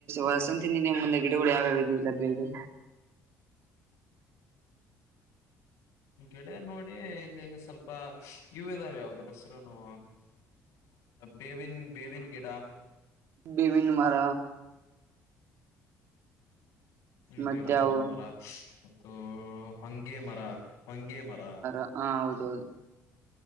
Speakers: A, on the right (about 50°); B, on the left (about 70°).
A: ವಸಂತಿ ನಿನ ಮುಂದೆ ಗಿಡಗಳು ಯಾವ್ಯಾವ ಲಭ್ಯ ಇದೆ
B: ಿಡ ನೋಡಿ ಇಲ್ಲಿ ಸ್ವಲ್ಪ ಇವು ಇದಾವೆ ಯಾವದಸರ ಅಹ ಬೇವಿನ ಬೇವಿನ ಗಿಡ
A: ಬಮಿನ ಮಾರ
B: ಹ್ಮ್
A: ಮತ್ತೆ
B: ಬೇಬನಿ
A: ಅವು
B: ಮರ ಮತ್ತು ಹಂಗೆ ಮರ ಮಂಗ ಮರ
A: ಹಾ, ಹೌದೌದು